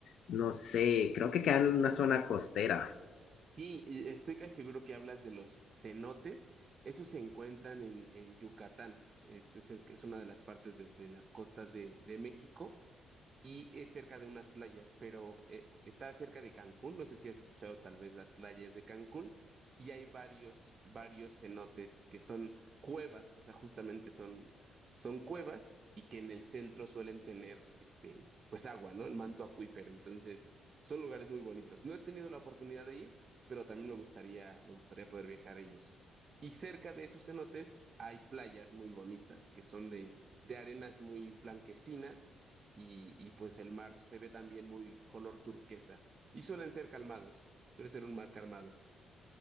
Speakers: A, on the left; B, on the right.
A: no sé, creo que queda en una zona costera.
B: Sí, y estoy casi seguro que hablas de los cenotes. Esos se encuentran en, en Yucatán. Es, es, es una de las partes de, de las costas de, de México y es cerca de unas playas, pero eh, está cerca de Cancún. No sé si has escuchado tal vez las playas de Cancún. Y hay varios, varios cenotes que son cuevas, o sea, justamente son, son cuevas y que en el centro suelen tener, este, pues agua, ¿no? El manto acuífero. Entonces, son lugares muy bonitos. No he tenido la oportunidad de ir, pero también me gustaría, me gustaría poder viajar a ellos. Y cerca de esos cenotes hay playas muy bonitas que son de, de arenas muy blanquecinas y, y pues el mar se ve también muy color turquesa y suelen ser calmados, suele ser un mar calmado.